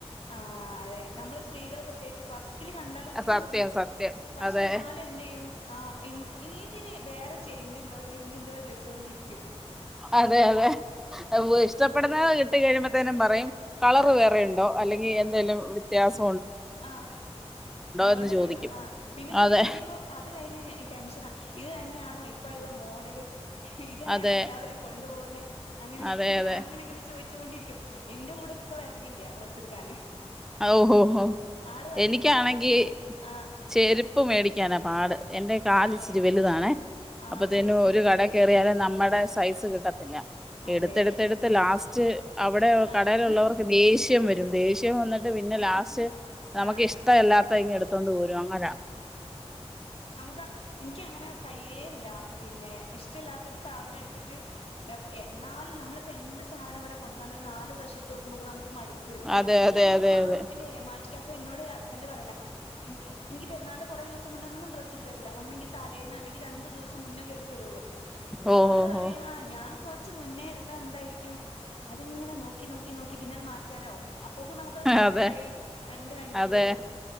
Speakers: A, on the left; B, in the centre.
A: ആ അതെ നമ്മള് സ്ത്രീകള് പ്രത്യേകിച്ച് ഫസ്റ്റില് കണ്ടാലും നമുക്ക്
B: സത്യം
A: ഇഷ്ടപ്പെടും
B: സത്യം
A: പക്ഷെ
B: അതെ
A: എന്നാലും എന്ത് ചെയ്യും ആ ഇ ഇതിന് വേറെ ചേഞ്ച് ഉണ്ടോ ചേഞ്ച് ഉണ്ടോ ചോയിച്ചൊണ്ടിരിക്കും
B: അതെ അതെ ഇഷ്ടപ്പെടുന്നത് കിട്ട കഴിയുമ്പോത്തേനും പറയും കളർ
A: ആഹ്
B: വേറെണ്ടോ അല്ലെങ്കിൽ എന്തെലും- ഗ്യാസ്
A: ആ മോഡലുണ്ടോ
B: എന്ന് ചോദിക്കും
A: ആ പിന്നെ ചോദിക്കും
B: അതെ
A: ഇനിയിപ്പോ അത് കഴിഞ്ഞ- ടെൻഷനാ ഇത് തന്നെയാണോ ഇപ്പ ഉള്ള മോഡല് ഇത്തന്നെയാണോ
B: അതെ
A: എല്ലാവരും കൊണ്ടു പോകുന്നെ അങ്ങനെ
B: അതെ അതെ
A: അങ്ങനെ അങ്ങനെ ചോദിച്ച- വണ്ടിരിക്കും എന്റെ കൂടെ ഇക്ക വരലില്ല ആ ഡ്രസ്സ് എടുക്കാന്
B: ഓഹഓ
A: ആള് പറയും
B: എനിക്കാണെങ്കിൽ
A: ഈ ആഹ്
B: ചേരു - പ് മേടിക്കാനാ പാട് എൻ്ന്റെ കാല്
A: അതെ
B: ച്ചിരി വലുതാണേ
A: ആഹ്
B: അപ്പൊ തേനു
A: സൈസ് കിട്ടൂലായിരിക്കും
B: ഒരു കടെ കേറിയാലേ നമ്മടെ സൈസ് കിട്ട എല്ല
A: അതെ
B: എടുത്തെടുത്ത്ടുത്ത് ലാസ് ജ് അവിടെ
A: മടുക്കും
B: കടേലുള്ളവർക്ക് ദേഷ് ഷ്യം വരും ദേഷ്യം വന്ന് എ ലാസ്റ്റ് നമുക്ക്
A: ആഹ്
B: ഇഷ്ടല്ല അത്തങ്ടുത്തോണ്ട് പോരും അങ്ങനാ
A: ക ഇൻക്ക്ങ്ങനെ കയ്യേല്ല. പിന്നെ ഇഷ് റ്റ ല്ലാത്തൊരു സാധനം എടുത്തിട്ട് നപ് എന്നാലും നമ്മളിപ്പോ എന്ത് സാധനം വടെ കൊണ്ട്വന്നാല് ര്നാല് പ്രാശട്ട് നോക്ക്മ്പൊക്ക നമ് ക്ക്മടുപ്പ് വരും
B: അതെ
A: അപ്പൊ
B: അതെ
A: മുക്ക്
B: അതെ
A: മ
B: അതെ
A: ല്ലേ മാറ്റ ഇപ്പ എന്നോട് ഹസ് ബന്റ് പറയല എനിക്ക് എനിക്ക് <unintelligible> കുറ ദിവസം മുന്നം തരൂല ഒന്ന്ങ്കി തലേന്ന് ല്ലങ്കി രണ്ടു ദിവസം മുന്പെ <inaudible> തരൂളു.
B: ഓ
A: ആള്
B: ഓ
A: പറയു
B: ഓ
A: ആ ഞാ ച്ച് മുന്നെ എടുത്ത എന്തായിരിക്കും അതെ ഇങ്ങനെ നോക്കി നോക്കി നോക്കി പിന്നെ അത് മാറ്റാനാവും അപ്പോക്ക് നമുക്കത് പയേതായി
B: അതെ
A: കണ്ട് കണ്ട്
B: അതെ